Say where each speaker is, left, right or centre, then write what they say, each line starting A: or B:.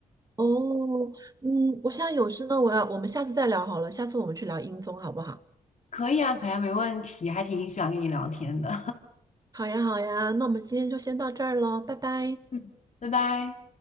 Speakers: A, on the right; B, on the left.
A: 哦，嗯，我现在有事呢，我要，我们下次再聊好了，下次我们去聊音综好不好？
B: 可以啊，可以啊，没问题，还挺喜欢跟你聊天的。
A: 好呀，好呀，那我们今天就先到这儿喽，拜拜。
B: <laughs> 嗯，拜拜。